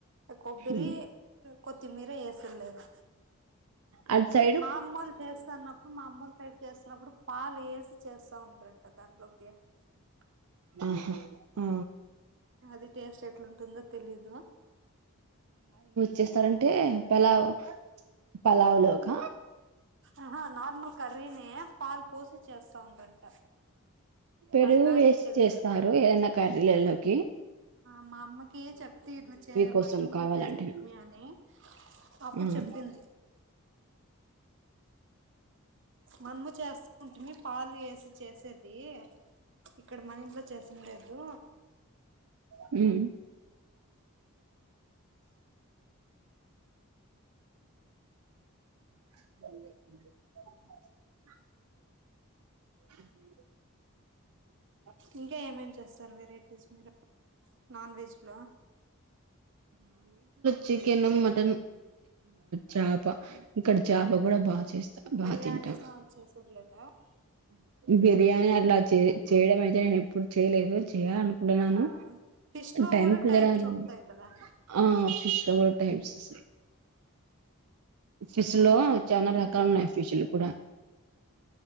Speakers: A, on the right; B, on the right.
A: కొబ్బరి
B: ఉమ్
A: కొత్తిమీర వేసరలేదు
B: అది సరే
A: మా అమ్మలు చేస్తున్నప్పుడు మా అమ్మలు సైడ్ చేస్తున్నప్పుడు పాలు వేసి చేస్తా ఉండారంట దాంట్లో <unintelligible>
B: ఆహా ఆ
A: అది టేస్ట్ ఎట్లాంటుందో తెలిదు
B: చేస్తారంటే పలావ్ పలావులు ఒక
A: ఆహ నార్మల్ కర్రీనే పాలు పోసి చేస్తా ఉండంట
B: పెరుగు
A: అది నాకి
B: వేసి
A: తెలీదు
B: చేస్తారు ఏదైనా కర్రీలేలోకి
A: ఆ మా అమ్మకి చెప్తే ఇట్లు చెప్పి ఇట్లా
B: కోసం
A: మష్రూమ్స్
B: కావాలంటే
A: చేసింటమి అని అప్పుడు
B: ఉమ్
A: చెప్పింది మనము చేస్తా ఉంటుంది పాలు వేసి చేసేది ఇక్కడ మన ఇంట్లో చేసిన లేదు
B: హమ్ <unintelligible> <unintelligible>
A: ఇంకా ఏమేం చేస్తారు వెరైటీస్ చేస్తారుమీరు నాన్ వెజ్ లో
B: చికెన మటన చప ఇక్కడ చాప కూడా బాగా చేస్తా బాగా
A: బిర్యానీను
B: తింటారు
A: అవి చేసేది లేదా
B: బిర్యానీ అలా చే చేయడం అయితే నేను ఎప్పుడు చేయలేదు చేయాలనుకును నను
A: ఆ ఫిష్ లో
B: టైమ్ కూడా
A: టైప్స్
B: రావాలిను
A: వస్తాయి కదా
B: ఆ సిస్ కూడా టైం సస్త ఫిసుు లో చాలా రకాలు ఉన్నాయి ఫిసుులు కూడా